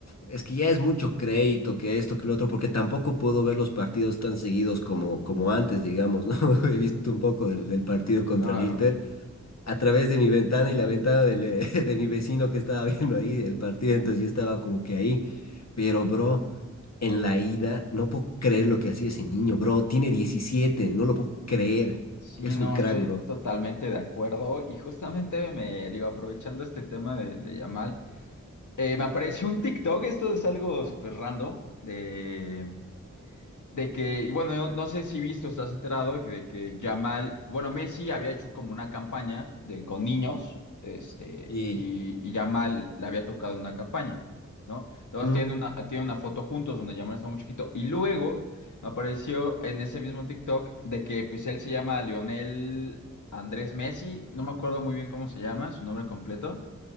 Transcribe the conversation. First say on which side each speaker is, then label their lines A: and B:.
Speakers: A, on the left; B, on the left.
A: es que ya es mucho crédito que esto, que lo otro, porque tampoco puedo ver los partidos tan seguidos como, como antes, digamos, ¿no? <laughs> He visto un poco del, del partido contra
B: Claro.
A: el Inter. a través de mi ventana y la ventana del, eh, <laughs> de mi vecino que estaba viendo ahí el partido, entonces yo estaba como que ahí. Pero, bro, en la ida, no puedo creer lo que hacía ese niño, bro. Tiene diecisiete no lo puedo creer.
B: Sí,
A: Es
B: no,
A: un crack,
B: estoy
A: bro.
B: totalmente de acuerdo y justamente me digo, aprovechando este tema de, de Yamal, eh, me apareció un TikTok, esto es algo súper random, de De que, y bueno, no, no sé si visto, estás enterado de que Yamal, bueno, Messi había hecho como una campaña de, con niños, este,
A: Y,
B: y, y Yamal le había tocado una campaña, ¿no? Entonces
A: ¿Mm?
B: tienen una, tienen una foto juntos donde Yamal está muy chiquito. Y luego me apareció en ese mismo TikTok de que pues él se llama Lionel Andrés Messi, no me acuerdo muy bien cómo se llama, su nombre completo.